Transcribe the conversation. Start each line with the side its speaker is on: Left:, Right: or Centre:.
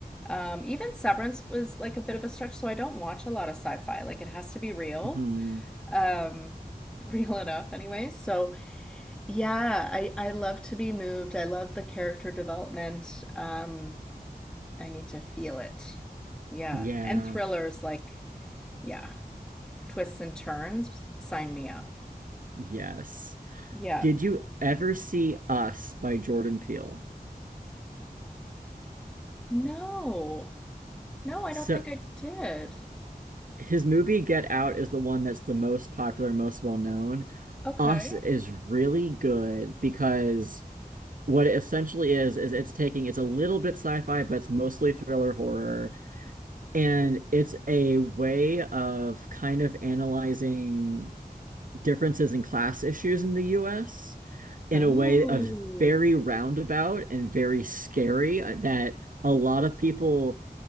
Centre: Um, even Severance was like a bit of a stretch, so I don't watch a lot of sci-fi. Like it has to be real.
Right: Mhm.
Centre: Um, <laughs> real enough anyway. So yeah, I I love to be moved. I love the character development. Um I need to feel it. Yeah.
Right: Yeah.
Centre: And thrillers like, yeah, twists and turns, sign me up.
Right: Yes.
Centre: Yeah.
Right: Did you ever see Us by Jordan Peele?
Centre: No. No, I
Right: So
Centre: don't think I did.
Right: his movie Get Out is the one that's the most popular, most well known.
Centre: Okay.
Right: Us is really good because what it essentially is is it's taking it's a little bit sci-fi, but it's mostly thriller horror, and it's a way of kind of analyzing differences in class issues in the US in
Centre: Oh,
Right: a way of very roundabout and very scary uh, that a lot of people